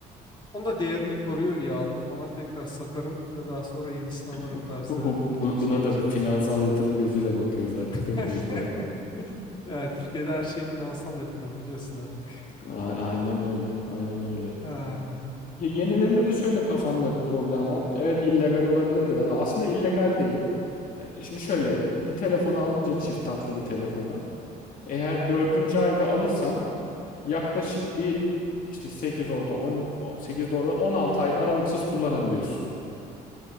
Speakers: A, on the left (about 25°); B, on the left (about 55°).
A: Onu da değerini koruyor diye aldım falan tekrar satarım e, daha sonra yenisini alırım
B: Bu,
A: tarzı
B: bu, bu- bu-
A: şey
B: buna
A: için.
B: da bir finansal yatırım gözüyle bakıyoruz artık
A: <laughs>
B: değil mi mecburen?
A: Yani Türkiye'de her şey finansal yatırım biliyorsun artık.
B: A- Aynen öyle. Aynen öyle.
A: <laughs> Ah.
B: Ya yenilerinde de şöyle kafamda bir problem var. Evet illegal olabilir biraz ama aslında illegal değil. E, Şimdi şöyle bir telefonu alınca çift tatlı bir telefonu. Eğer dördüncü ayda alırsan yaklaşık bir işte 8 orada 10 8 orada 16 ay aralıksız kullanabiliyorsun.